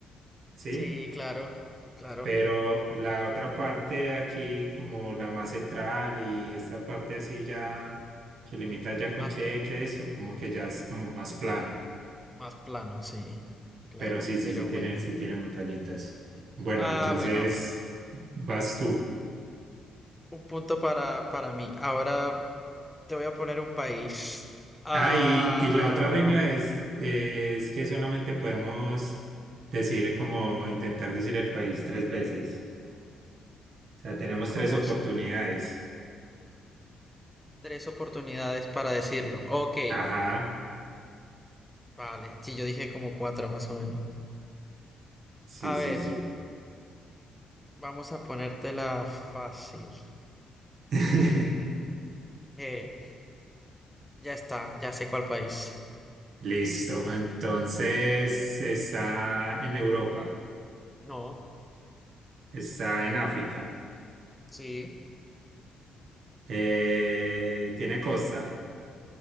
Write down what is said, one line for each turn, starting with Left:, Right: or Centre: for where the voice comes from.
Right: ¿sí?
Centre: Sí, claro, claro.
Right: Pero la otra parte aquí, como la más central y esta parte así ya que limita ya
Centre: Es
Right: con
Centre: más,
Right: Chequia, eso como que ya es como más plano.
Centre: más plano, sí, claro,
Right: Pero sí, sí,
Centre: pero
Right: sí tiene,
Centre: bueno.
Right: sí tiene montañitas. Bueno,
Centre: Ah,
Right: entonces
Centre: bueno,
Right: vas tú.
Centre: un punto para, para mí. Ahora te voy a poner un país. Ah,
Right: Ah, y, y la otra regla es, es que solamente podemos decir como intentar decir el país tres veces. O sea, tenemos
Centre: ¿cómo
Right: tres oportunidades.
Centre: se? Tres oportunidades para decirlo. Ok,
Right: Ajá,
Centre: vale. Sí, yo dije como cuatro más o menos.
Right: sí,
Centre: A ver,
Right: sí, sí.
Centre: vamos a ponértela fácil.
Right: <laughs>
Centre: <laughs> Ya está, ya sé cuál país.
Right: Listo. Entonces, está en Europa,
Centre: No,
Right: está en África,
Centre: sí,
Right: eh, tiene costa,